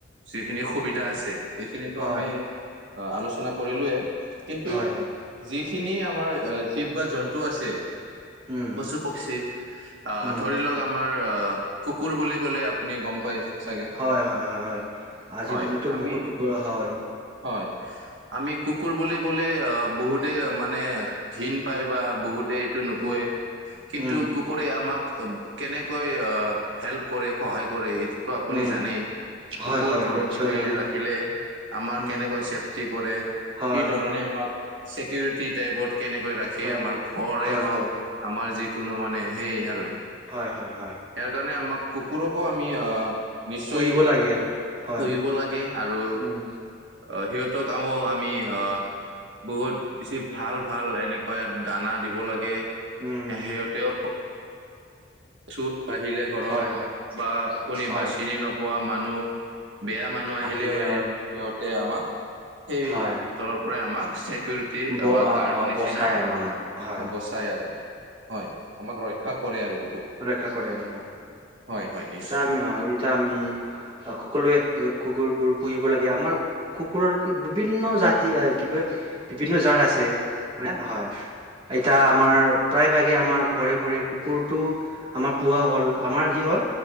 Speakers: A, on the right (about 75°); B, on the right (about 30°).
A: যিখিনি সুবিধা আছে। এইখিনিতো
B: হয়
A: আমি আলোচনা কৰিলয়ে কিন্তু
B: হয় হয়
A: যিখিনি আমাৰ শিৱ বা জন্তু আছে
B: উম
A: পশু পক্ষী
B: উম
A: ধ লওক আমাৰ অ, কুকুৰ বুলি ক'লে আপুনি গম পাই চাগে
B: হয় - হয় - হয় হয় আজিৰ
A: হয়
B: দিনতো
A: আমি
B: বহুত টুকুৰা হয়।
A: হয় আমি কুকুৰ বুলি ক'লে বহুতে মানে ঘিন পায় বা বহুতে এইটো নোপোৱে কিন্তু
B: উম
A: কুকুৰে আমাক কেনেকৈ হেল্প কৰে সহায় কৰে। টো আপুনি
B: উম
A: জানেই
B: হয়
A: কুকুৰ
B: হয়
A: ঘৰত
B: নিশ্চয়
A: কৰি
B: জানো
A: ৰাখিলে। আ
B: উম
A: কেনেৈ চফি কৰে
B: হয়
A: কি ধৰণে আমাক চিকিৰটি টাইপত কেনেকৈ ৰাখে
B: হয়
A: আমাৰ ঘৰে
B: হয়
A: হওক
B: হয়
A: আমাৰ যিকোনো মানে সেই আৰু
B: হয় - হয় - হয়।
A: ইয়াৰ কাৰণে আমাক কুকুৰকো আমি আহ নিশ্চয়
B: পুহিব লাগে আৰু হয়।
A: পুহিব লাগে আৰু
B: উম,
A: আহ সিহতক আ আমি আহ বহুত বেছি ভাল - ভাল এনেকুৱায়াত দানা দিব লাগে।
B: উম,
A: সিহতেও চুৰ আহিলে ঘৰত
B: হয়, হয়,
A: বা কোনোবা
B: হয়
A: চিনি ন পোৱা মানুহ বেয়া মানুহ আহিলেও
B: আহিলে
A: সেই
B: হয়,
A: সিহতে আমাক সেই
B: হয়।
A: তলৰ পৰাই আমাক চকিউৰি
B: ব
A: বা গাৰ্ড নিচিনা
B: বচাই আৰু
A: আমাক
B: হয়,
A: বচাই আৰু হয় আমাক ৰক্ষা কৰে আৰু বহুত
B: ৰৰেখা কৰে অ,
A: হয় হয় নিশ্চয়
B: এয়া আমি নহয় এতিয়া আমি সকলোৱে কুকুৰবোৰ। পুহিব লাগে আমাৰ কুকুৰৰ বিভিন্ন জাতি কিবা বিভিন্ন জাত আছে হয় - হয়। এতিয়া আমাৰ প্ৰায়ভাগে আমাৰ ঘৰে - ঘৰে কুকুৰটো আমাৰ পুহা হ'ল আমাৰ কি হ'ল